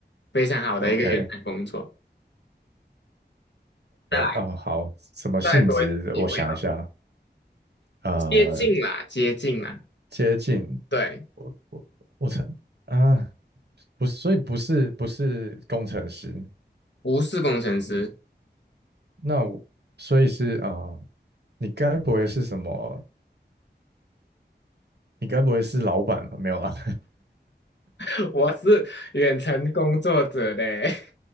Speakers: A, on the left (about 75°); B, on the right (about 65°).
A: 非常好的一个远程工作。
B: ？OK，OK，
A: 再来，
B: 哦，好，什么性质我想一下，
A: 再多一次机会哈，
B: 呃，
A: 接近啦，接近啦，
B: 接近，
A: 对，
B: 我我我猜啊，不是，所以不是不是工程师。
A: 不是工程师，
B: 那我所以是啊、你该不会是什么？你该不会是老板吧？没有啦
A: <laughs> 我是远程工作者嘞，